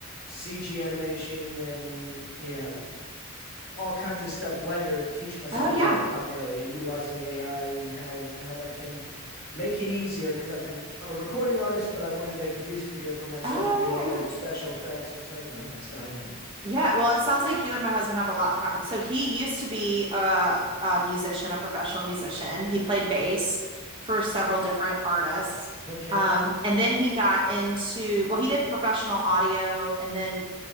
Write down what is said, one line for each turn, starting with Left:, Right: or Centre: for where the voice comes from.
Left: CG animation and yeah, all kinds of stuff. Blender, teaching myself
Right: Oh yeah.
Left: Blender primarily, and utilizing AI and how how that can make it easier. Because I've been I'm a recording artist, but I wanted to make a music video for myself
Right: Oh
Left: and do all
Right: yeah,
Left: the
Right: yeah.
Left: special effects. And it's like, well, let's dive in.
Right: Yeah, well, it sounds like you and my husband have a lot in common. So he used to be a, a musician, a professional musician. He played bass for several different artists.
Left: Okay,
Right: Um, and then he got into, well, he did professional audio and then